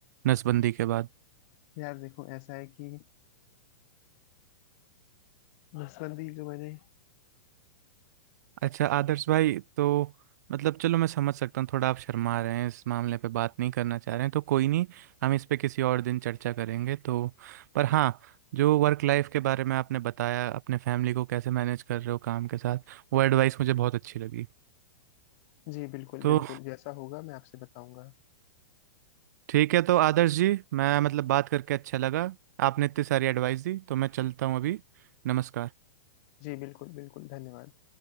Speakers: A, on the right (about 65°); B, on the left (about 50°).
A: नसबंदी के बाद
B: यार देखो ऐसा है कि नसबंदी जो मैंने
A: अच्छा आदर्श भाई तो मतलब चलो मैं समझ सकता हूँ थोड़ा आप शर्मा रहे हैं इस मामले पे बात नहीं करना चाह रहे हैं तो कोई नहीं हम इस पे किसी और दिन चर्चा करेंगे तो पर हाँ जो वर्क लाइफ के बारे में आपने बताया अपने फैमिली को कैसे मैनेज कर रहे हो काम के साथ वो एडवाइस मुझे बहुत अच्छी लगी
B: जी बिल्कुल
A: तो
B: बिल्कुल जैसा होगा मैं आपसे बताऊंगा
A: ठीक है तो आदर्श जी मैं मतलब बात करके अच्छा लगा आपने इतनी सारी एडवाइस दी तो मैं चलता हूँ अभी नमस्कार
B: जी बिल्कुल बिल्कुल धन्यवाद